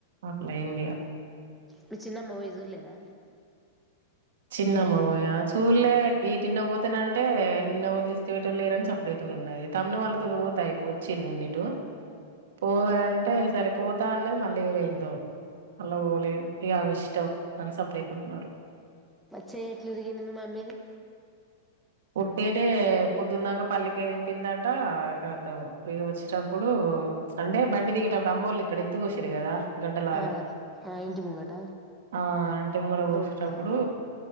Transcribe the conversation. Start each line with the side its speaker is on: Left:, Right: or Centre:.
Right: అట్లైందిగా
Centre: మీ చిన్నమ్మ వోయి జూడ్లేదా
Right: చిన్నమ్మ వోయా చూళ్లే ఈ నిన్న పోతునంటే నిన్న ఏవళ్ళు తీసుకవోయేటోల్లూ లేరని సప్పుడేకనే ఉన్నది తమ్ముణ్ణివాళ్ వాళ్ళ తోని పోతే అయిపో వచ్చిరు నిన్న ఇటూ పోవే అంటే సరే పోతా అన్నది మళ్ళ ఏవైయిందో అల్లా వోలేదు ఇగ ఆమె ఇష్టం అని సప్పుడేకుంన్నారు
Centre: చేయి ఎట్లా ఇరిగింది మీ మమ్మీది
Right: ఉట్టిగానే పొద్దునదంక పల్లికాయి దెంపిందంటా కా ఖాతం ఇగ వచ్చటప్పుడు అంటే బండి దిగేటప్పుడు అమ్మోళ్ళు ఇక్కడ ఎత్తువో షిన్రూ కదా గడ్డలాగా
Centre: ఆ ఆ ఇంటి ముంగట
Right: ఆ అంటే మూల పోషేటప్పుడు
Centre: రోడ్డు కాడ